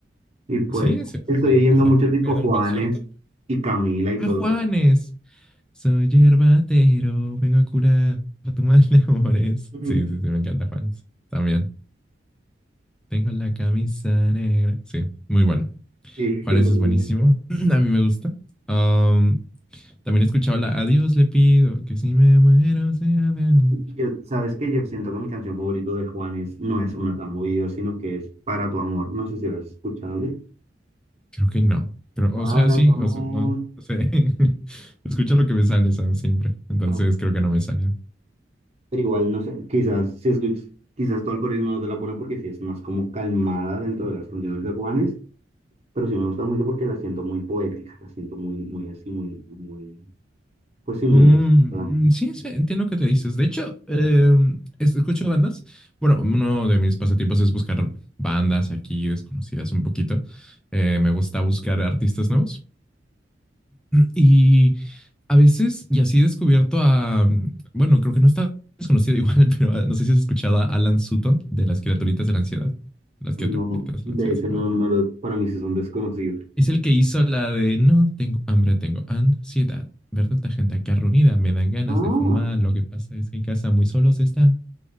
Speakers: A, on the right (about 35°); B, in the centre.
A: y pues
B: Sí, sí, eso
A: estoy
B: suele
A: oyendo
B: pasar.
A: mucho tipo
B: ¿Nunca he ido
A: Juanes
B: a un concierto?
A: y Camila y
B: ¡Ah,
A: todo.
B: Juanes! Soy yerbatero, vengo a curar tu mal de amores.
A: Ujú.
B: Sí, sí, sí, me encanta Juanes. También. Tengo la camisa negra. Sí, muy bueno.
A: Sí,
B: Juanes
A: siempre.
B: es
A: siempre.
B: buenísimo. <clears throat> A mí me gusta. Um, también he escuchado la Adiós le pido, que si me muero sea de amor.
A: Y Yo, sabes que yo siento que mi canción favorita de Juanes no es una tan movida, sino que es Para tu amor. No sé si lo has escuchado.
B: Creo que no. Pero,
A: Para
B: o sea, sí,
A: tu amor.
B: o sea, no. no sé. <laughs> Escucho lo que me sale, ¿sabes? Siempre. Entonces
A: Ah, bueno.
B: creo que no me sale.
A: Pero igual, no sé, quizás, si escuch- quizás tu algoritmo no te la pone porque sí es más como calmada dentro de las canciones de Juanes, pero sí me gusta mucho porque la siento muy poética, la siento muy, muy así, muy, muy, pues sí, muy...
B: Mm,
A: ¿verdad?
B: mm, sí, sí, entiendo que te dices. De hecho, eh, es- escucho bandas. Bueno, uno de mis pasatiempos es buscar bandas aquí desconocidas un poquito. Eh, me gusta buscar artistas nuevos. Y a veces, y así he descubierto a, bueno, creo que no está desconocido igual, <laughs> pero ah, no sé si has escuchado a Alan Sutton de Las Criaturitas de la Ansiedad. Las
A: No,
B: Criaturitas
A: de
B: de la Ansiedad
A: hecho,
B: se llama.
A: no, no, lo- para mí sí son desconocidos.
B: Es el que hizo la de no tengo hambre, tengo ansiedad. Ver tanta gente acá reunida, me dan ganas
A: Ah,
B: de fumar. Lo que pasa es que en casa muy solos está.